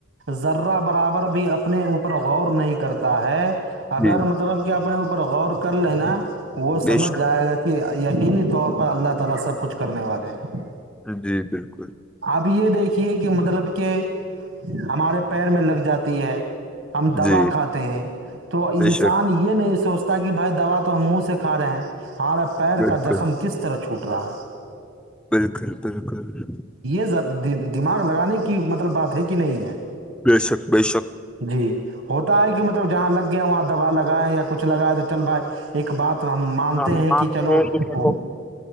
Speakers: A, on the right; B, in the centre.
A: ذرہ برابر بھی اپنے اوپر غور نہیں کرتا ہے اگر
B: جی
A: مطلب کہ اپنے اوپر غور کر لےینا وہ
B: بے
A: سمجھ
B: شک
A: جائے گا کہ ای یقینی طور پر اللہ تلا سب کچھ کرنے والے ہیں
B: جی بالکل
A: اب یہ دیکھیے کہ مطلب کہ ہمارے پیر میں لگ جاتی ہے ہم دوا
B: جی
A: کھاتے ہیں تو
B: بے
A: انسان
B: شک
A: یہ نہیں سوچتا کہ بھائی دوا تو ہم منہ سے کھا رہے ہیں ہالب پیر
B: بالکل
A: کا زخم کس طرح کیا چھوٹ رہا ہے
B: بالکل بالکل
A: زیاد دماغ لگانے کی مطلب بات ہے کہ نہیں ہے
B: بے شک بے شک
A: جی ہوتا ہے کہ مطلب جہاں لگ گیا وہاں دوبا لگاائے یا کچھ لگیا تو چل بھائی ایک بات تو ہم مانتے
B: تو ہم
A: ہیں
B: مانتے
A: کہ چلو
B: ہیں کہ چلو
A: وہ